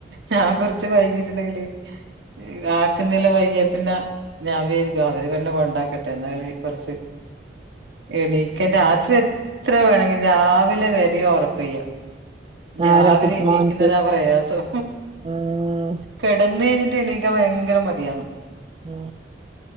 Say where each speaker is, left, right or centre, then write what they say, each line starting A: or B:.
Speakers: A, on the right; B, on the right.
A: ഞാൻ കൊറ്ച്ച് വൈകിട്ടുണ്ടെങ്കില് ഹ് ആക്കുന്നെല്ലാം വൈകിയ പിന്നെ ഞാവിചാരികും അവര് തെന്നെ കൊണ്ടാക്കട്ടെ എന്നാ വി കൊറച്ച് എണീക്കാൻ രാത്രി എത്ര വേണെങ്കിൽ രാവിലെ വരെ ഒറക്കൊയ്യ രാവിലെ
B: ആരാ കു
A: എണീക്കുന്നതാ
B: മോൻക്ക്
A: പ്രയാസം.
B: ആഹ്
A: കെടന്നഴിഞ്ഞിട്ട് എണീക്കാൻ ഭയങ്കര മടിയാന്ന്.
B: മ്ഹ്